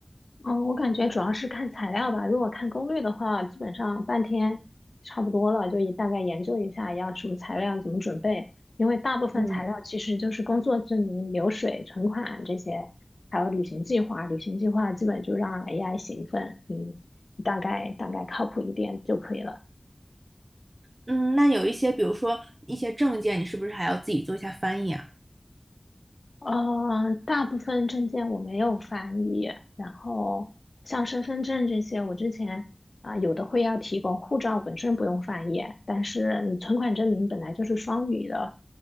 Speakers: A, on the left; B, on the right.
A: 嗯，我感觉主要是看材料吧。如果看攻略的话，基本上半天差不多了，就也大概研究一下要什么材料，怎么准备。因为大部分材料其实就是工作证明、
B: 嗯
A: 流水、存款这些，还有旅行计划。旅行计划基本就让 AI 写一份，你大概大概靠谱一点就可以了。
B: 嗯，那有一些，比如说一些证件，你是不是还要自己做一下翻译啊？
A: 呃，大部分证件我没有翻译，然后像身份证这些，我之前啊、有的会要提供，护照本身不用翻译，但是你存款证明本来就是双语的，